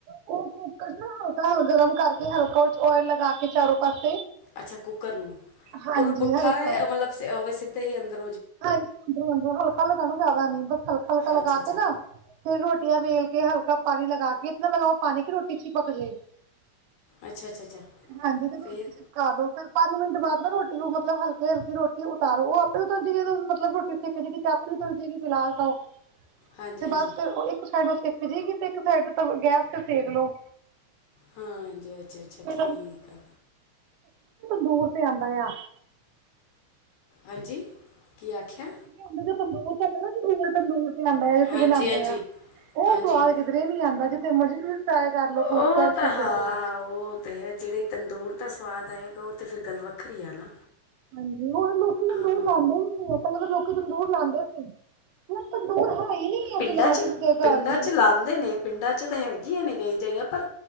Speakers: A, on the right; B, on the left.
A: ਉਹ ਉਹਨੂੰ ਹਲਕਾ ਹਲ ਗਰਮ ਕਰਕੇ ਹਲਕਾ ਓਇਲ ਲਗਾ ਕੇ ਚਾਰੋਂ ਪਾਸੇ
B: ਅੱਛਾ, ਕੁੱਕਰ ਨੂੰ,
A: ਹਾਂਜੀ
B: ਉਹਨੂੰ ਪੁੱਠਾ
A: ਹਲਕਾ
B: ਮਤਲਬ ਸਿੱਧੇ ਹੀ ਅੰਦਰ
A: ਹਾਂਜੀ! ਅੰਦਰੋਂ ਅੰਦਰੋਂ ਹਲਕਾ ਲਗਾਣਾ ਜ਼ਿਆਦਾ ਨੀ ਬਸ ਹਲਕਾ ਹਲਕਾ
B: ਹਾਂ
A: ਲਗਾ
B: ਅੱਛਾ ਅੱਛਾ
A: ਕੇ ਨਾ। ਫਿਰ ਰੋਟੀਆਂ ਵੇਲ ਕੇ ਹਲਕਾ ਪਾਣੀ ਲਗਾ ਕੇ ਇਤਨਾ ਲਗਾਓ ਪਾਣੀ ਕਿ ਰੋਟੀ ਚ ਹੀ ਪਕ ਜਾਏ।
B: ਅੱਛਾ ਅੱਛਾ ਅੱਛਾ
A: ਹਾਂਜੀ! ਤੇ ਰੋਟੀ
B: ਫਿਰ
A: ਛਿਕਾ ਦੋ ਫਿਰ। ਪੰਜ ਮਿੰਟ ਬਾਅਦ ਨਾ ਰੋਟੀ ਮਤਲਬ ਹਲਕਕੇ ਹਲਕੀ ਰੋਟੀ ਉਤਾਰੋ ਉਹ ਆਪੇ। ਹਾਂ ਜੀ ਮਤਲਬ ਰੋਟੀ ਸੇਕੇ ਜੇਗੀ ਤੇ ਆਪੇ <inaudible> ਫਿਲਹਾਲ ਉਹ
B: ਹਾਂਜੀ
A: ਤੇ
B: ਹਾਂਜੀ
A: ਬਸ ਫਿਰ ਉਹ ਇੱਕ ਸਾਈਡ ਉਹ ਸਿੱਕ ਜਾਏਗੀ ਤੇ ਇੱਕ ਸਾਈਡ ਤਾਂ ਗੈਸ ਤੇ ਸੇਕ ਲਓ।
B: ਹਾਂਜੀ! ਅੱਛਾ ਅੱਛਾ
A: ਤੇ
B: ਠੀਕ ਆ।
A: ਦੂਰ ਤੇ ਆਉਂਦਾ ਆ।
B: ਹਾਂਜੀ। ਕੀ ਆਖਿਆ
A: ਹ ਤੰਦੂੂਰ ਤੇ ਬਨਗੀ ਤੰਦੂਰ ਤੇ। ਆਉਂਦਾ ਤੁਸੀਂ
B: ਹਾਂਜੀ
A: ਬਣਾਉਂਦੇ
B: ਹਾਂਜੀ
A: ਆ। ਉਹ
B: ਹਾਂਜੀ
A: ਸਵਾਦ ਕਿਧਰੇ ਨੀ ਆਉਂਦਾ ਜਿੱਥੇ ਮਰਜ਼ੀ ਤੁਂ ਟਰਾਏ ਕਰ ਲੋ ਕੂਕਰ
B: ਉਹ ਤਾਂ
A: ਚ
B: ਹਾਂ
A: ਚੜਾਈ।
B: ਉਹ ਹੈ ਜਿਹੜੇ ਤੰਦੂਰ ਤਾਂ ਸਵਾਦ ਆਏਗਾ, ਉਹ ਤਾਂ ਫਿਰ ਗੱਲ ਵੱਖਰੀ ਆ ਨਾ।
A: ਹਾਂਜੀ! ਹੁਣ ਲੋਕ ਮ
B: ਹਾਂ
A: ਲੋੂਰ ਲਾਉਦੇ ਹੀੁੰ ਮਤਲਬ ਲੋਕੀ ਤੰਦੂਰ ਲਾਉਂਦੇ ਸੀ। ਹੁਣ ਤੰਦੂਰ ਹੈ। ਈ ਨੀ ਆ
B: ਪਿੰਡਾਂ
A: ਫਿਲਹਾਲ
B: ਚ
A: ਕਿਸੇ ਦੇ
B: ਪਿੰਡਾਂ
A: ਘਰ ਵੀ।
B: ਚ ਲਾਉਂਦੇ ਨੇ। ਪਿੰਡਾਂ ਚ ਤਾਂ ਹੈਗੀਆਂ ਨੇ। ਕਈ ਜਗ੍ਹਾ, ਪਰ